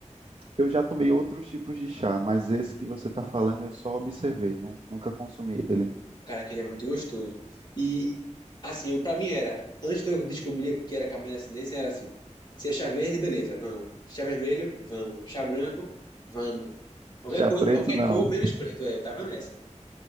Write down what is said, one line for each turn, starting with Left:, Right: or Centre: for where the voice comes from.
Right: Eu já tomei outros tipos de chá, mas esse que você está falando eu só observei, nu- nunca consumi ele.
Left: Cara, aquele é muito gostoso. E assim, eu- pra mim era, antes de eu descobrir que era Camélia Sinensis, era assim, se é chá verde, beleza, vamos. Chá vermelho, vamos. Chá branco, vamos. Qualquer
Right: Chá
Left: coisa,
Right: preto,
Left: qualquer
Right: não.
Left: cor, menos preto. É, eu tava nessa.